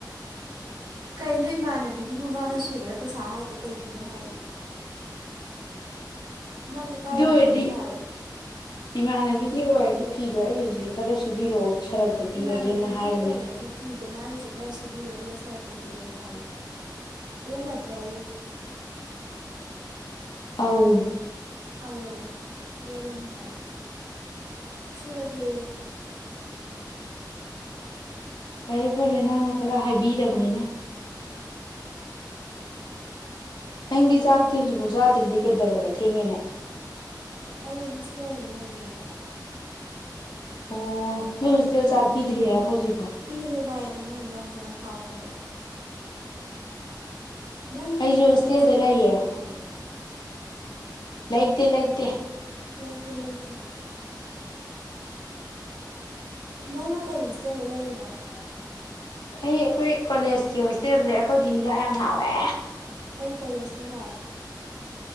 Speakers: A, on the right; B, on the left.
A: ꯀꯩꯅꯣ ꯏꯃꯥꯟꯅꯕꯤꯒꯤꯕꯨ ꯃꯥꯅ ꯁꯨꯕꯗ ꯄꯩꯁꯥ ꯍꯥꯏꯗꯣ ꯀꯩꯒꯤꯅꯣ ꯍꯥꯏꯌꯦ ꯅꯪ ꯏꯀꯥꯏ ꯌꯥꯝ
B: ꯔꯗꯤ
A: ꯈꯪꯗꯦ ꯍꯥꯏꯌꯦ
B: ꯏꯃꯥꯟꯅꯕꯤꯒꯤ ꯑꯣꯏꯔꯗꯤ ꯐꯤꯗꯣ ꯑꯩꯒꯤꯁꯤꯁꯨ ꯈꯔ ꯁꯨꯕꯤꯔꯛꯑꯣ ꯁꯔꯞꯇꯣ ꯄꯤꯔꯒꯦꯅ
A: ꯏꯃꯥꯟꯅꯕꯤꯒꯤ
B: ꯍꯥꯏꯕꯅꯦ
A: ꯑꯣꯏꯔꯗꯤ ꯐꯤꯗꯣ ꯃꯥꯒꯤꯁꯨ ꯈꯔ ꯁ ꯊꯨꯕꯤꯔꯣ ꯑꯗꯨꯒ ꯁꯔꯞꯇ ꯄꯤꯔꯒꯦ ꯍꯥꯏꯌꯦ ꯄꯦꯜꯂꯗ꯭ꯔꯥ ꯑꯩꯌꯦ
B: ꯑꯥꯎ
A: ꯑꯧ ꯑꯌꯦ ꯕꯦꯜꯂꯅꯤ ꯍꯥꯏ ꯁꯨꯔꯒꯦ
B: ꯐꯔꯦ ꯐꯔꯦ ꯅꯪꯅ ꯈꯔ ꯍꯥꯏꯕꯤꯔꯕꯅꯤꯅ ꯍꯪꯗꯤ ꯆꯥꯛꯇꯔꯁꯤꯕꯣꯛꯁꯥꯗ꯭ꯗꯤ
A: ꯑꯩ
B: ꯀꯦꯗꯧꯔꯕ ꯊꯦꯡꯉꯦꯅꯦ
A: ꯑꯩ ꯍꯣꯁꯇꯦꯜꯗ ꯂꯩꯌꯦ ꯚꯥꯏ
B: ꯑꯣ ꯅꯣꯏ ꯍꯣꯁꯇꯦꯜ ꯆꯥꯛ ꯄꯤꯗ꯭ꯔꯤꯔꯕꯣ ꯍꯧꯖꯤꯛ ꯐꯥꯎ
A: ꯄꯤꯔꯦ ꯚꯥꯏ ꯑꯗꯣ ꯃꯣꯏ ꯏꯟꯖꯥꯡꯁꯦ ꯌꯥꯝ ꯍꯥꯎꯇꯕ ꯅꯪꯒꯤ
B: ꯑꯩꯁꯨ
A: ꯍꯦꯞꯄꯤ
B: ꯍꯣꯁꯇꯦꯜꯗ
A: ꯗꯦꯟꯒꯨꯝꯕ
B: ꯂꯩꯌꯦ
A: ꯂꯩꯕ꯭ꯔꯥ ꯍꯥꯏꯌꯦ
B: ꯂꯩꯇꯦ ꯂꯩꯇꯦ
A: ꯂꯩꯇꯦ ꯂꯩꯇꯦ ꯅꯪꯅ ꯀꯩ ꯍꯣꯁꯇꯦꯜꯗ ꯂꯩꯔꯤꯅꯣ
B: ꯑ ꯑꯩ ꯑꯩꯈꯣꯏ ꯀꯣꯂꯦꯖꯀꯤ ꯍꯣꯁꯇꯦꯜꯁꯦ ꯑꯩꯈꯣꯏꯗꯤ ꯍꯤꯟꯖꯥꯡ ꯌꯥꯝ ꯍꯥꯎꯋꯦ
A: ꯀꯩ ꯀꯣꯂꯦꯖꯅꯣ ꯕꯥꯢ